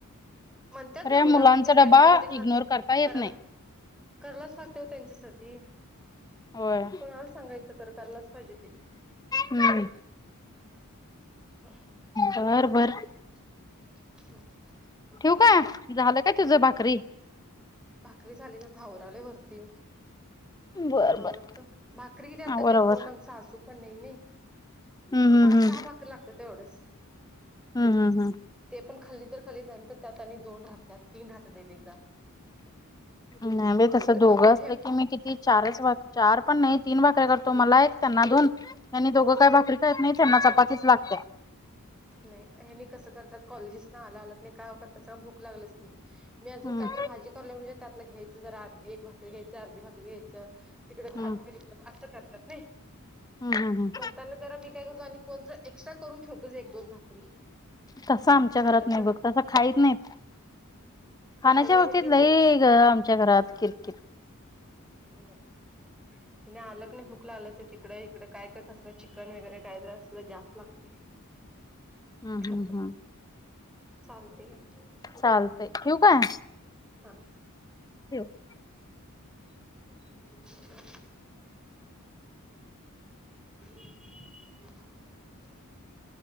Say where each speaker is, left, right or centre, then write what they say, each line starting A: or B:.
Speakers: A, in the centre; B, on the left.
A: म्हणतात
B: खर
A: नवरं
B: या मुलांचा
A: मी काय कॅन्टीन
B: डबा
A: मध्ये खातो
B: इग्नोर करता येत
A: करायला.
B: नाही
A: करालाच लागत ओ त्यांच्यासाठी,
B: होय
A: कोणाला सांगायचं तर करायलाच फजिती
B: हम्म.
A: हम्म,
B: बर
A: चालतंय.
B: बर
A: हं चालते
B: ठेवू का झालं काय तुझं
A: हा
B: भाकरी
A: ठेव. भाकरी झालीत आता आवरायलोय वरती येऊन.
B: बर बर
A: आवरतं. भाकरी किती आता
B: आवर
A: काही
B: आवर
A: कोण सासू पण नाही नाही.
B: हम्म
A: पाच
B: हम्म
A: सहा भाकरी लागत्यात एवढंच.
B: हम् हम् हम्.
A: ते पण खाल्ली तर खाली, नंतर त्यात आणि दोन राहत्यात तीन राहत्यात एक एकदा.
B: नाही बाई तसं
A: झालं तर
B: दोघं
A: करून
B: असलं
A: ठेव
B: की मी किती चारच भाक चारपण नाही तीन भाकऱ्या करतो, मला एक त्यांना दोन. ह्यांनी दोघं काही भाकरी खाईत नाहीत, ह्यांना चपातीच लागत्या.
A: नाही हेनी कसं करत कॉलेजेस ना आला आल की काय करत साग भूक लागलच ते. मी अजून
B: हम्म
A: काहीतर भाजी करालोय म्हणजे, त्यातल घ्यायचं जरा एक भाकरी घ्यायचं अर्धी भाकरी घ्यायचं. तिकडं
B: हम्म
A: हात फिरवीत नी, असा करत्यात नी.
B: हम् हम् हम्.
A: त्यांना जरा मी काय करतो आणि कोणतर एक्स्ट्रा करून ठेवतोच एक दोन भाकरी.
B: तसं आमच्या
A: राहिलं
B: घरात नाही
A: तर
B: बघ, तसं खाईत नाहीत. खाण्याच्या
A: राहिलं
B: बाबतीत,
A: म्हणजे
B: लै गं आमच्या घरात किरकिर.
A: ह <unintelligible> हेनी आलं कणी भूक लागलेल असतं, तिकडे हिकडं काय तर तसलं चिकन वगैरे काय जास्त लागते.
B: हम् हम्
A: खातात
B: हम.
A: चालते की.
B: चालतंय ठेऊ काय.
A: हा.
B: <unintelligible>
A: <inaudible> <inaudible>